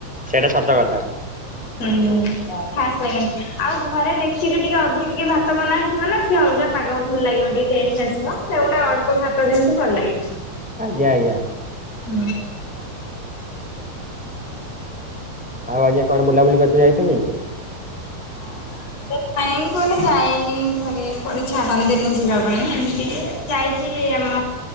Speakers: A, in the centre; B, on the left.
A: ସେଇଟା ସତ କଥା।
B: ହୁଁ ହୁଁ ଖାସ୍ ଲାଗେନି। ଆଉ ଘରେ ଡେକିଚିରେ ଟିକେ ଅଧିକ କିଏ ଭାତ ବନା ହେଇ ଥିବ ନା ସେ ଅଲଗା ପାଗ ଭଲ ଲାଗିବ ଟିକେ ଟେଷ୍ଟ ଆସିବ। ସେଗୁଡା ଅଳ୍ପ ଭାତ ଜିନିଷ ଭଲ ଲାଗେନି।
A: ଆଜ୍ଞା ଆଜ୍ଞା।
B: ହୁଁ।
A: ଆଉ ଆଜି ଏ କୁଆଡ଼େ ବୁଲାବୁଲି କରି ତେ ଯାଇଛନ୍ତି?
B: ହଁ ନା। ନାଇଁ କୁଆଡେ ଯାଇନି ଘରେ କୁଆଡ଼େ ଛାଡ଼ନ୍ତିନି ଯିବା ପାଇଁ ଏମିତି ଯାଇଚି ଆମ